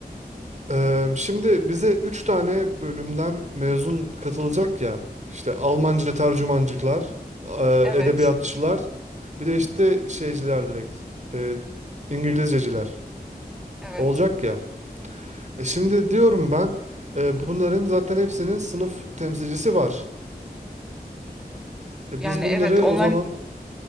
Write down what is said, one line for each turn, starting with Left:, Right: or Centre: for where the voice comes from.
Right: Ee, şimdi bize 3 tane bölümden mezun katılacak ya. İşte Almanca tercümancıklar, e,
Centre: Evet.
Right: edebiyatçılar, bir de işte şeyciler direkt. e, İngilizceciler
Centre: Evet.
Right: olacak ya. E şimdi diyorum ben e, bunların zaten hepsinin sınıf temsilcisi var. E,
Centre: Yani
Right: biz bunları
Centre: evet onlar
Right: o zaman